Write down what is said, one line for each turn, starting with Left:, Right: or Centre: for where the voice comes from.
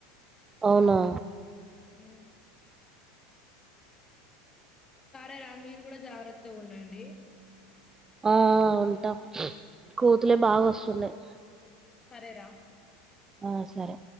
Right: అవునా!
Left: మ్మ్ సరే రా. మీరు కూడ జాగ్రత్తగా ఉండండి.
Right: ఆ ఉంటా. కోతులే బాగొస్తున్నాయ్.
Left: సరేరా.
Right: ఆ సరే.